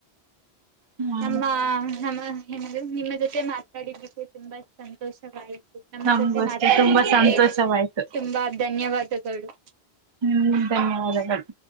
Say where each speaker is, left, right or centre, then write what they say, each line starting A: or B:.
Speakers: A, on the right (about 40°); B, on the right (about 80°).
A: ಹ್ಮ್
B: ನಮ್ಮ ನಮ್ಮ ಏನಾದರು ನಿಮ್ಮ ಜೊತೆ ಮಾತಾಡಿದಕ್ಕೆ ತುಂಬಾ ಸಂತೋಷವಾಯಿತು. ನಮ್ಮ
A: ನಮ್ಗೂ
B: ಜೊತೆ
A: ಅಷ್ಟೆ
B: ಮಾತಾಡಿದ್ದಕ್ಕೆ
A: ತುಂಬಾ ಸಂತೋಷವಾಯ್ತು
B: ತುಂಬಾ ಧನ್ಯವಾದಗಳು.
A: ಹ್ಮ್ ಧನ್ಯವಾದಗಳು.